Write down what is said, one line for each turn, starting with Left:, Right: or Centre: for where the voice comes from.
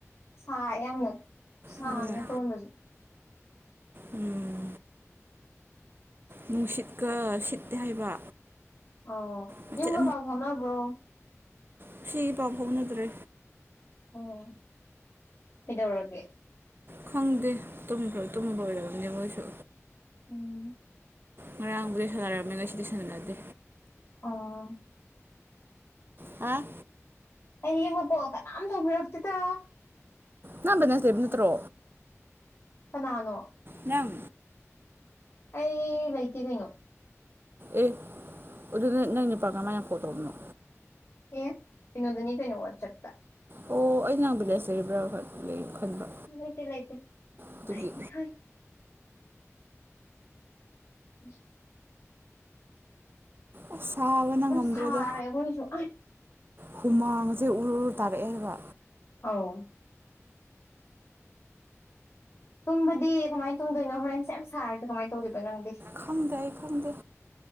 Left: ꯁꯥ ꯌꯥꯝꯅ ꯁꯥꯕꯅꯦ
Right: ꯍꯣꯏ
Left: ꯑꯩꯈꯣꯏꯔꯣꯝꯗꯁꯨ
Right: ꯎꯝ ꯅꯨꯡꯁꯤꯠꯀ ꯁꯤꯠꯇꯦ ꯍꯥꯏꯕ
Left: ꯑꯣ
Right: ꯃꯆꯦꯠ
Left: ꯌꯨꯝꯒ ꯄꯥꯎ ꯐꯥꯎꯅꯕ꯭ꯔꯣ
Right: ꯉꯁꯤꯒꯤ ꯄꯥꯎ ꯐꯥꯎꯅꯗ꯭ꯔꯦ
Left: ꯑꯣ ꯀꯩꯗꯧꯔꯒꯦ
Right: ꯈꯪꯗꯦ ꯇꯨꯝꯈꯔ ꯇꯨꯝꯕ ꯑꯣꯏꯔꯝꯒꯅꯦ ꯃꯣꯏꯁꯨ
Left: ꯎꯝ
Right: ꯉꯔꯥꯡꯕꯨꯗꯤ ꯁꯥꯟꯅꯔꯝꯃꯦ ꯉꯁꯤꯗꯤ ꯁꯥꯟꯅꯗꯦ
Left: ꯑꯥ
Right: ꯍꯥꯥ
Left: ꯑꯩ ꯌꯨꯝꯒ ꯀꯣꯜ ꯀꯅꯥꯝ ꯇꯧꯕꯤꯔꯛꯇꯦꯗ
Right: ꯅꯪ ꯕꯦꯂꯦꯟꯁ ꯂꯩꯕ ꯅꯠꯇ꯭ꯔꯣ
Left: ꯀꯅꯥꯅꯣ
Right: ꯅꯪ
Left: ꯑꯩ ꯂꯩꯩꯇꯦ ꯀꯩꯅꯣ
Right: ꯑꯦ ꯑꯗꯨꯗꯤ ꯅ ꯅꯪ ꯅꯨꯄꯥ ꯀꯃꯥꯏꯅ ꯀꯣꯜ ꯇꯧꯕꯅꯣ
Left: ꯑꯦ ꯀꯩꯅꯣꯗꯅꯤ ꯀꯩꯅꯣ ꯋꯥꯆꯞꯇ
Right: ꯑꯣ ꯑꯩ ꯅꯪ ꯕꯦꯂꯦꯟꯁ ꯂꯩꯕꯔꯥ ꯍꯣꯏ ꯂꯩꯌꯦ ꯈꯟꯕ
Left: ꯂꯩꯇꯦ ꯂꯩꯇꯦ
Right: ꯑꯗꯨꯒꯤ
Left: ꯑꯩ ꯍꯩ <inaudible>
Right: ꯑꯁ ꯁꯥꯕꯅ
Left: ꯌꯥꯝ
Right: ꯉꯝꯗ꯭ꯔꯦꯗ
Left: ꯁꯥꯔꯦ ꯑꯩꯈꯣꯏꯁꯨ
Right: ꯍꯨꯃꯥꯡꯒꯁꯦ ꯎꯔꯨꯔꯨꯠ ꯇꯥꯔꯛꯑꯦ ꯍꯥꯏꯕ
Left: ꯑꯥꯎ ꯇꯨꯝꯕꯗꯤ ꯀꯃꯥꯏꯅ ꯇꯨꯝꯗꯣꯏꯅꯣ ꯍꯣꯔꯦꯟ ꯁꯦꯝ ꯁꯥꯔꯗꯤ ꯀꯃꯥꯏ ꯇꯧꯗꯣꯏꯕ ꯅꯪꯗꯤ
Right: ꯈꯪꯗꯦ ꯑꯩ ꯈꯪꯗꯦ